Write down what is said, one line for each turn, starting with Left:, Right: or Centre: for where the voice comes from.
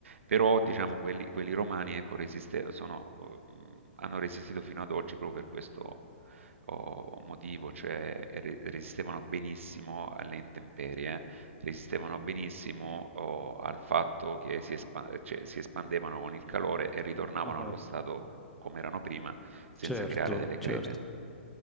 Right: però diciamo
Centre: certo.
Right: quelli, quelli romani ecco, resiste- sono, mh, hanno resistito fino ad oggi proprio per questo oh, motivo, cioè re- resistevano benissimo alle intemperie, resistevano benissimo oh, al fatto che si, espa- cioè, si espandevano con il calore e ritornavano
Centre: Ah,
Right: allo stato come erano prima senza
Centre: Certo,
Right: creare delle crepe.
Centre: certo.